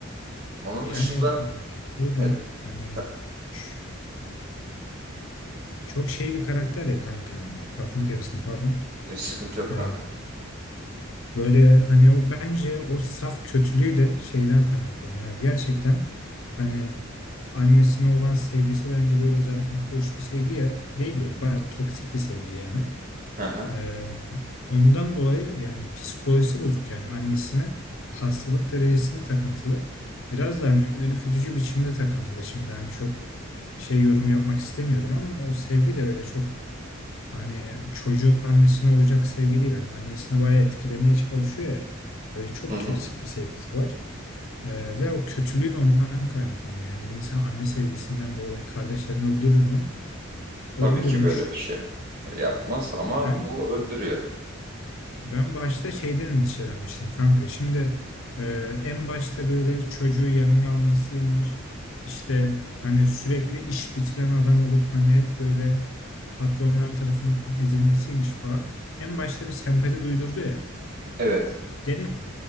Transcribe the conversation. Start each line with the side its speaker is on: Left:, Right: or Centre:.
Right: Onun
Left: Yani
Right: dışında
Left: e, öyle
Right: evet,
Left: hani
Right: ta-
Left: ç- çok şey bir karakter ya kanka hani lafını kestim pardon.
Right: e, sıkıntı yok
Left: E,
Right: kanka.
Left: böyle hani o bence o saf kötülüğü de şeyden kaynaklanıyor abi. Gerçekten hani annesine olan sevgisi bence böyle zaten hoş bir sevgi ya, değil ya bayağı toksik bir sevgi yani.
Right: Hı hı.
Left: Ee, ondan dolayı yani psikolojisi bozuk yani annesine hastalık derecesine takıntılı. Biraz da hani ürkütücü biçimde takıntılı. Şimdi hani çok şey yorum yapmak istemiyorum ama o sevgi de öyle çok hani çocuğun annesine olacak sevgi değil. Hani annesini bayağı etkilemeye çalışıyor ya. Böyle çok
Right: Hı hı.
Left: toksik bir sevgisi var. Ee, ve o kötülüğü de ondan kaynaklanıyor. Yani bir insan anne sevgisinden dolayı kardeşlerini öldürür mü? Öldürmüş.
Right: Tabii ki böyle bir şey yapmaz ama
Left: Ben
Right: bu öldürüyor.
Left: Ben başta şeyden endişelenmiştim kanka. Şimdi e, en başta böyle çocuğu yanına almasıymış. İşte hani sürekli iş bitiren adam olup hani hep böyle patronlar tarafından ezilmesiymiş falan. En başta bir sempati duydurdu ya.
Right: Evet.
Left: Dedim ki